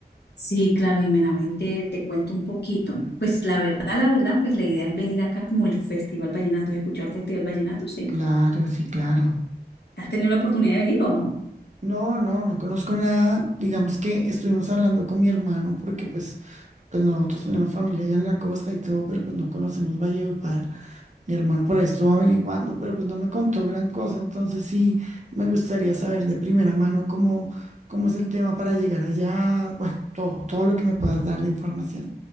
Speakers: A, on the left; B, on the right.
A: Sí, claro, Jimena, ven, te, te cuento un poquito. Pues la verdad, la verdad, pues la idea es venir acá como el Festival Vallenato. ¿Has escuchado el Festival Vallenato? Sí.
B: Claro, sí, claro.
A: ¿Has tenido la oportunidad de venir o no?
B: No, no, no conozco nada. Digamos que estuvimos hablando con mi hermano porque pues, pues nosotros tenemos familia allá en la costa y todo, pero pues no conocemos Valledupar. Mi hermano por ahí estuvo averiguando, pero pues no me contó gran cosa, entonces sí me gustaría saber de primera mano cómo, cómo es el tema para llegar allá, bueno, todo, todo lo que me puedas dar de información.